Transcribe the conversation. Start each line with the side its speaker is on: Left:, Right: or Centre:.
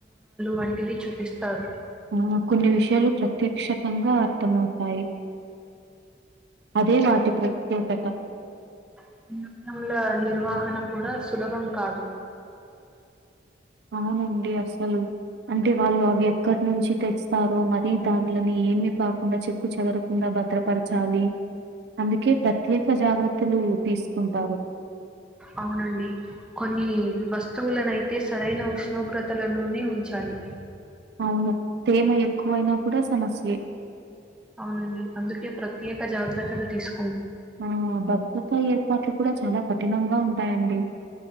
Centre: వంటివి చూపిస్తారు
Right: అవును కొన్ని విషయాలు చెప్ ప్రక్షకంగా అర్థమవుతాయి. అదే వాటి ప్రత్యేకత.
Centre: <inaudible> నల నిర్వహణ కూడా సులభం కాదు.
Right: అవునండి అసలు అంటే వాళ్ళు అవి ఎక్కడి నుంచి తెస్తారో, మరీ దానిలో మీ ఏమి కాకుండా చెక్కు చెదరకుండా భద్రపరచాలి. అందుకే ప్రత్యేక జాగ్రత్తలు తీసుకుంటారు.
Centre: అవునండి కొన్ని వస్తువులనయితే సరైన ఉష్ణోగ్రతలలోనే ఉంచాలి.
Right: అవును. తేమ ఎక్కువైనా కూడా సమస్యే.
Centre: అవునండి అందుకే ప్రత్యేక జాగ్రత్తలు తీసుకు
Right: ఆ భద్రతా ఏర్పాట్లు కూడా చాలా కఠినంగా ఉంటాయండి.